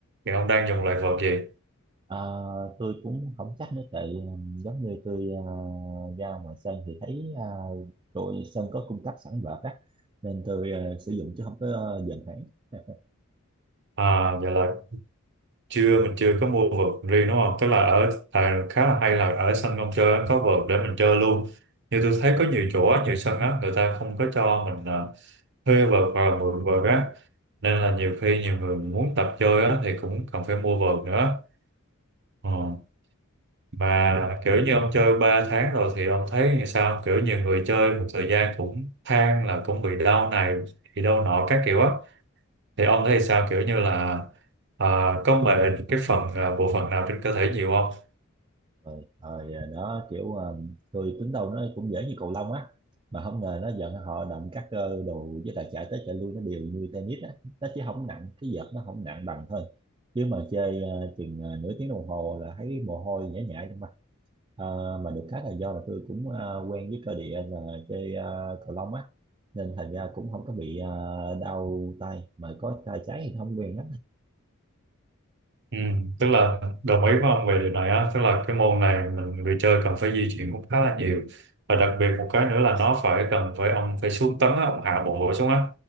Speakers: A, on the right; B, on the right.
A: thì ông đang dùng loại vợt gì
B: Ờ, tôi cũng không chắc nữa tại um, giống như tôi ờ, ra ngoài sân thì thấy uh, đội sân có cung cấp sẵn vợt á nên tôi ờ, sử dụng chứ không có ờ, dần hẳn <laughs>
A: à vậy là chưa mình chưa có mua vợt riêng đúng không tức là ở tại khá là hay là ở sân ông chơi á, có vợt để mình chơi luôn như
B: Ừ,
A: tôi thấy có nhiều chỗ á, nhiều sân á người ta không có cho mình ờ, thuê vợt và mượn vợt á nên là nhiều khi nhiều người muốn tập chơi á thì cũng cần phải mua vợt nữa ờ. mà kiểu như ông chơi 3 tháng rồi thì ông thấy như sao kiểu nhiều người chơi một thời gian cũng than là cũng bị đau này bị đau nọ các kiểu á thì ông thấy sao kiểu như là à, có mệt cái phần à, bộ phận nào trên cơ thể nhiều không?
B: rồi rồi ờ, đó kiểu ờ, tôi tính đâu nó cũng dễ như cầu lông á mà không ngờ nó giận họ động các cơ đồ với lại chạy tới chạy lui nó đều như tennis á nó chỉ không nặng cái vợt nó không nặng bằng thôi chứ mà chơi ờ, chừng ờ, nửa tiếng đồng hồ là thấy mồ hôi nhễ nhại trong Ờ, mà được cái là do là tôi cũng ờ, quen với cơ địa là chơi ờ, cầu lông á nên thành ra cũng không có bị ờ, đau tay mà có tay trái thì không quen lắm
A: Ừ, tức là đồng ý với ông về điều này á, tức là cái môn này mình người chơi cần phải di chuyển cũng khá là nhiều và đặc biệt một cái nữa là nó phải cần phải ông phải xuống tấn á, ông hạ bộ xuống á